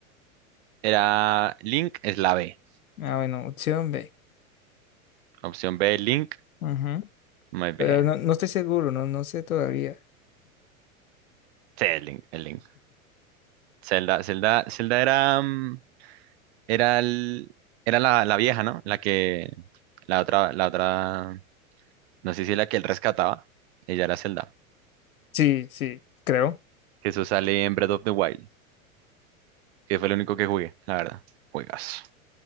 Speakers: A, on the right; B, on the left.
A: era Link, es la B.
B: Ah, bueno, opción B.
A: Opción B, Link.
B: Ujú.
A: Muy bien.
B: Pero no, no estoy seguro, no, no sé todavía.
A: Sí, Link, el Link. Zelda, Zelda, Zelda era, mm, era, el- era la, la vieja, ¿no? La que, la otra, la otra, no sé si la que él rescataba. Ella era Zelda.
B: Sí, sí, creo.
A: Que eso sale en Breath of the Wild, que fue el único que jugué, la verdad. Juegas.